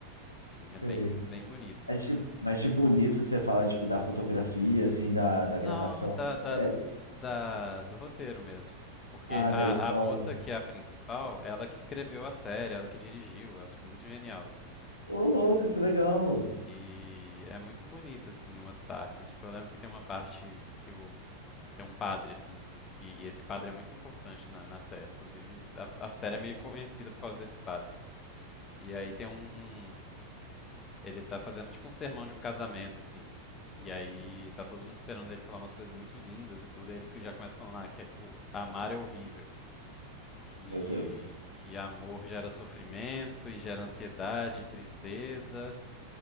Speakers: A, on the left (about 25°); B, on the left (about 85°).
A: enfim, é bem
B: Sei.
A: bem bonita
B: Mas
A: assim.
B: de, mas de bonito você fala, tipo, da fotografia, assim, da, da
A: Não,
B: gravação
A: da,
B: da série.
A: da, da do roteiro mesmo. Porque
B: Ah,
A: a,
B: da história.
A: a moça que é a principal, ela que escreveu a série, ela que dirigiu, ela tipo muito genial assim.
B: Ô, louco, que legal.
A: E é muito bonito, assim, umas partes. Tipo, eu lembro que tem uma parte que o... tem um padre, assim, que... e esse padre é muito importante na, na série. Inclusive, a, a série é meio conhecida por causa desse padre. E aí tem um, um... Ele tá fazendo tipo um sermão de um casamento, assim. E aí tá todo mundo esperando ele falar umas coisas muito lindas e tudo. Aí ele já começa falando, ah, que o- amar é horrível. Que,
B: Meu Deus.
A: que amor gera sofrimento e gera ansiedade e tristeza.